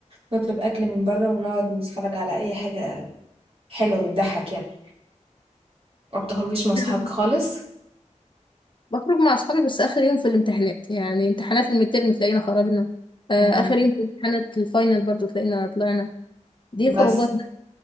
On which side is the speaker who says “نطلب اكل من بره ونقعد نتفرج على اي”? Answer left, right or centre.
Right